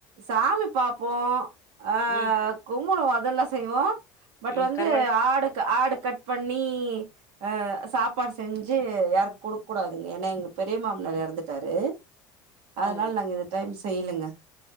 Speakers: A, on the right; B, on the left.
A: சாமி பாப்போ ஆ
B: ம்,
A: முணுமுதால்லா செய்வோ பட்
B: ம்.
A: வந்து
B: கருவாடு
A: ஆடுக் ஆடு கட் பண்ணி அ சாப்பாடு செஞ்சு யாருக்கு கொடுக்க கூடாதுங்க ஏன்னா எங்க பெரிய மாமனார் இறந்துட்டாரு அதனால
B: ஓ!
A: நாங்க இந்த டைம் இல்லங்க